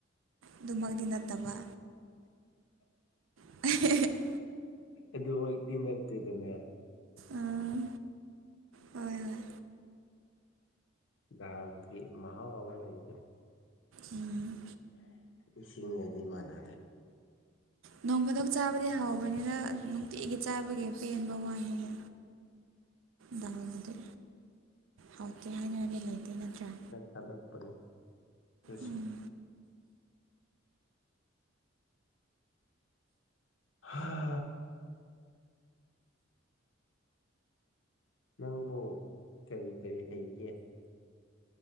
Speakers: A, on the right (about 85°); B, on the left (about 70°).
A: ꯑꯗꯨꯃꯛꯇꯤ ꯅꯠꯇꯕ ꯑ ꯍꯦ ꯍꯦ <unintelligible>
B: ꯑꯗꯨꯃꯛꯇꯤ ꯅꯠꯇꯦꯗꯅ
A: ꯎꯝ ꯍꯣꯏ ꯍꯣꯏ
B: ꯗꯥꯜꯒꯤ ꯃꯍꯥꯎ ꯑꯃ ꯂꯩꯗꯅ
A: ꯎꯝ
B: ꯏꯁꯤꯡꯒꯗꯤ ꯃꯥꯟꯅꯗꯦ
A: ꯅꯣꯡꯐꯥꯗꯣꯛ ꯆꯥꯕꯗꯤ ꯍꯥꯎꯕꯅꯤꯗ ꯅꯨꯡꯇꯤꯒꯤ ꯆꯥꯕꯒꯤ ꯄꯦꯟꯕ ꯋꯥꯅꯤꯗ ꯗꯥꯜꯗꯗꯤ ꯍꯥꯎꯇꯦ ꯍꯥꯏꯅꯤꯡꯉꯥꯏꯗꯤ ꯂꯩꯇꯦ ꯅꯠꯇ꯭ꯔꯥ
B: ꯇꯂꯛꯄꯅꯤ ꯑꯗꯨꯁꯨ
A: ꯎꯝ
B: ꯍꯥ ꯅꯪꯕꯨ ꯀꯔꯤ ꯀꯔꯤ ꯍꯩꯒꯦ